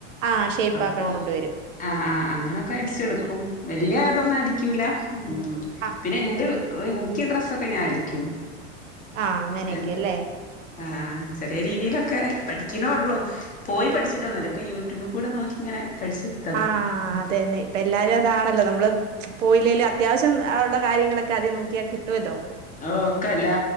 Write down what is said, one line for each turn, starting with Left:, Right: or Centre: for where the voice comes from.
Right: ആ ഷേപ്പാക്കാൻ
Left: അപ്പൊ
Right: കൊണ്ടുവരും
Left: ആ അ അങ്ങനെ ക്കേ അട്ച്ചൊട്ക്കും വല്യതൊന്നും അടി ക്യൂല മ്..
Right: ആ
Left: പിന്നെന്റെഉ ഉഇൻക്ക് ഡ്രസ്സൊക്കെ ഞാനടിക്യും
Right: ആ അങ്ങനെയൊക്കെ
Left: എം
Right: അല്ലേ
Left: ആഹ് ചെറ്യേ രീതിലൊക്കെ പഠിക്ണോള്ളു. പോയി പഠിച്ട്ടൊന്നുല്ല ക്കെ യൂട്യൂബ്കൂടെ നോക്കിങ്ങനെ പഠിച്ട്
Right: ആഹ് അതെന്നെ പ്പേല്ലാരും അതാണല്ലോ നമ്മള് ച് പോയില്ലേലും അത് ത്യാവ്ശ്യം അ ള്ള കാര്യങ്ങളൊക്കെ അതി നോക്യ കിട്ടോല്ലോ.
Left: അഒക്കെല്ലാ